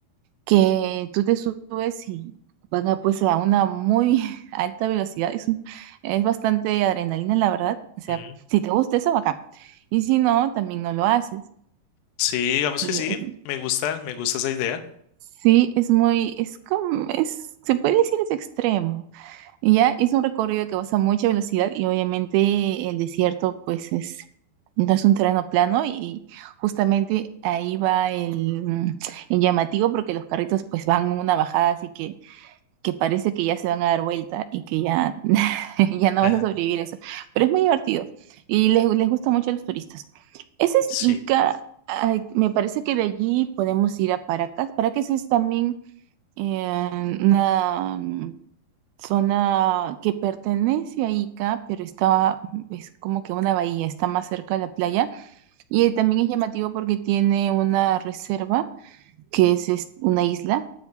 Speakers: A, on the right; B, on the left.
A: que tú te subes y van a, pues, a una muy <laughs> alta velocidad. Es, un- es bastante adrenalina, la verdad. O sea,
B: Mm,
A: si te gusta eso, acá. Y si no, también no lo haces.
B: Sí, digamos
A: Y
B: que sí,
A: eh,
B: me gusta, me gusta esa idea.
A: sí, es muy, es como, es, se puede decir es extremo. Y ya es un recorrido que vas a mucha velocidad y obviamente el desierto pues es, no es un terreno plano y justamente ahí va el, mm, el llamativo porque los carritos pues van en una bajada así que, que parece que ya se van a dar vuelta y que ya, <laughs> ya no
B: <laughs>
A: vas a sobrevivir eso. Pero es muy divertido y les, les gusta mucho a los turistas. Ese es
B: Sí,
A: Ica. Ay, me parece que de allí podemos ir a Paracas. Paracas es también eh, una mm, zona que pertenece a Ica, pero está, es como que una bahía, está más cerca de la playa. Y eh, también es llamativo porque tiene una reserva, que es, es una isla.